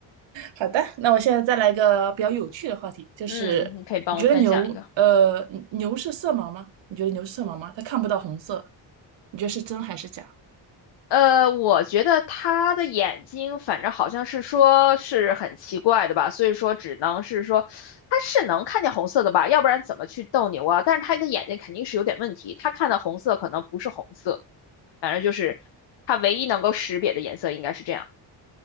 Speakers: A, on the right; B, on the left.
A: 好的，那我现在再来一个比较有趣的话题，就是你觉得牛，
B: 嗯，你可以帮我分享一个。
A: 呃，牛是色盲吗？你觉得牛是色盲吗？它看不到红色，你觉得是真还是假？
B: 呃，我觉得他的眼睛，反正好像是说是很奇怪的吧，所以说只能是说他是能看见红色的吧，要不然怎么去斗牛啊？但是他的眼睛肯定是有点问题，他看的红色可能不是红色，反正就是他唯一能够识别的颜色应该是这样。